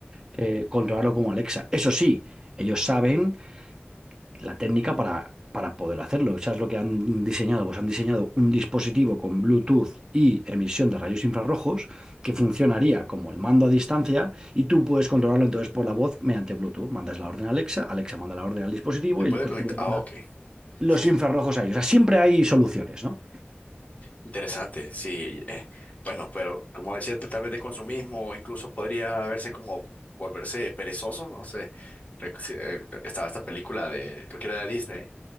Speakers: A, on the right (about 15°); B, on the left (about 35°).
A: eh, controlarlo como Alexa. Eso sí, ellos saben la técnica para, para poder hacerlo. ¿Sabes lo que han diseñado? Pues han diseñado un dispositivo con Bluetooth y emisión de rayos infrarrojos que funcionaría como el mando a distancia y tú puedes controlarlo entonces por la voz mediante Bluetooth. Mandas la orden a Alexa, Alexa manda la orden al dispositivo
B: Se puede
A: y el dispositivo
B: conectar.
A: manda
B: Ah, ok.
A: los
B: sí Sí,
A: infrarrojos a ellos. O sea, siempre hay soluciones, ¿no?
B: Interesante, sí. eh, bueno, pero como decía, tal vez de consumismo o incluso podría verse como volverse perezoso, no sé. Rec- si- eh, Estaba esta película de, creo que era de Disney,